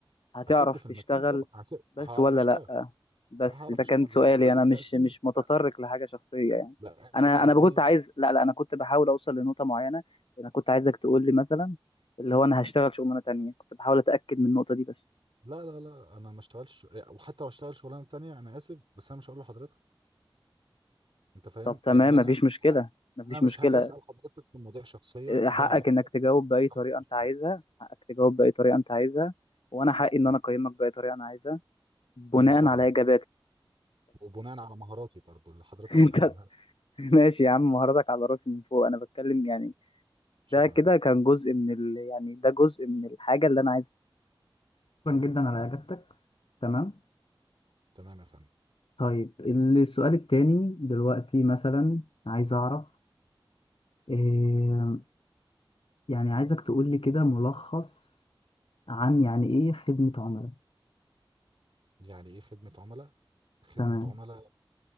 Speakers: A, on the left; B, on the right.
A: هتعرف
B: هسد في
A: تشتغل
B: المكان طبعا هسد
A: بس
B: هعرف
A: ولا
B: اشتغل
A: لا بس
B: لا هعرف
A: ده
B: اشتغل
A: كان سؤالي
B: بس حضرتك
A: انا مش
B: سالتني
A: مش متطرق
B: لا
A: لحاجه شخصيه يعني
B: لا انت
A: انا
B: سالتني
A: انا كنت عايز لا لا انا كنت بحاول اوصل لنقطه معينه انا كنت عايزك تقول لي مثلا اللي هو انا هشتغل شغلانه تانية كنت بحاول اتاكد من النقطه دي بس
B: لا لا لا انا ما اشتغلش وحتى لو اشتغل شغلانه تانية انا اسف بس انا مش هقول لحضرتك انت فاهم
A: طب تمام
B: لان انا
A: مفيش مشكله مفيش
B: انا مش
A: مشكله
B: هاجي اسال حضرتك في مواضيع شخصيه
A: حقك
B: ليها علاقه
A: انك تجاوب باي
B: بتفاصيل
A: طريقه
B: الشغل.
A: انت عايزها حقك تجاوب باي طريقه انت عايزها وانا حقي ان
B: مم.
A: انا اقيمك باي طريقه انا عايزها بناء
B: ايوه طبعا
A: على اجاباتك
B: وبناء على مهاراتي برضو اللي حضرتك
A: <laughs>
B: مقدمها
A: انت
B: لي
A: ماشي يا عم مهاراتك على راسي من فوق انا بتكلم يعني
B: شكرا
A: ده كده
B: يا فندم
A: كان جزء من ال... يعني ده جزء من الحاجه اللي انا عايزها شكرا جدا على اجابتك تمام
B: تمام يا فندم
A: طيب السؤال التاني دلوقتي مثلا عايز اعرف إيه يعني عايزك تقول لي كده ملخص عن يعني ايه خدمة عملاء
B: يعني ايه خدمة عملاء خدمة
A: تمام
B: عملاء